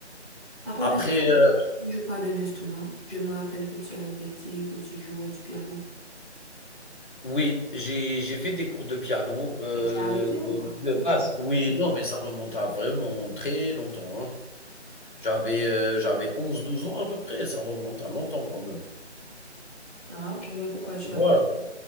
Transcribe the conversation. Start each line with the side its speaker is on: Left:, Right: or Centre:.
Centre: À part
Left: Après,
Centre: de ça,
Left: heu,
Centre: si je ne joue pas d'un instrument. Je me rappelle que tu avais dit que tu jouais du piano.
Left: oui, j'ai j'ai fait des cours de piano, heu,
Centre: Mais tu as arrêté
Left: de
Centre: ou quoi?
Left: de
Centre: Pourquoi?
Left: base. Oui, non, mais ça remonte à vraiment très longtemps, hein. J'avais, heu, j'avais onze douze ans à peu près, ça remonte à longtemps quand même,
Centre: Ah, ok, mais pourquoi tu
Left: tu vois?
Centre: as arrêté?